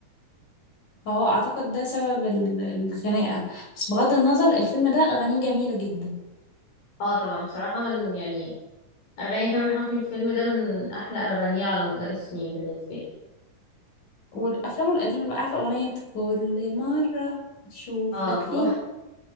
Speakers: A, on the left; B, on the left.
A: فهو اعتقد ده سبب ال- الخناقة بس بغض النظر الفيلم ده اغانيه جميلة جدا
B: اه طبعا بصراحة من يعني اغاني تامر حسني في الفيلم ده من احلى اغانيه على مدار السنين بالنسبه لي
A: والافلام القديمة بقى عارفة اغنية كل مرة اشوفك
B: اه طبعا
A: فيه